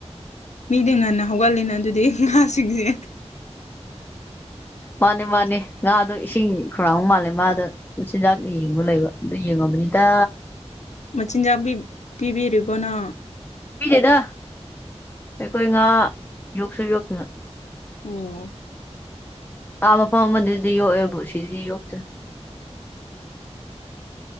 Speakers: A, on the left; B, on the left.
A: ꯃꯤꯗꯤ ꯉꯟꯅ ꯍꯧꯒꯠꯂꯤꯅ ꯑꯗꯨꯗꯤ ꯉꯥꯁꯤꯡꯁꯦ
B: ꯃꯥꯅꯦ ꯃꯥꯅꯦ ꯉꯥꯗꯣ ꯏꯁꯤꯡ ꯈꯨꯔꯥꯡ ꯃꯥꯜꯂꯦ ꯃꯥꯗꯣ ꯃꯆꯤꯟꯖꯥꯛꯅ ꯌꯦꯡꯕ ꯂꯩꯕ ꯑꯗꯨ ꯌꯦꯡꯉꯕꯅꯤꯗ
A: ꯃꯆꯤꯟꯖꯥꯛꯤ ꯄꯤꯕꯤꯔꯤꯕꯅꯣ
B: ꯄꯤꯗꯦꯗ ꯑꯩꯈꯣꯏ ꯉꯥ ꯌꯣꯛꯁꯨ ꯌꯣꯛꯇꯨꯅ
A: ꯑꯣ
B: ꯀꯥ ꯃꯐꯝ ꯑꯃꯗꯗꯤ ꯌꯣꯛꯑꯦꯕ ꯁꯤꯗꯤ ꯌꯣꯛꯁꯦ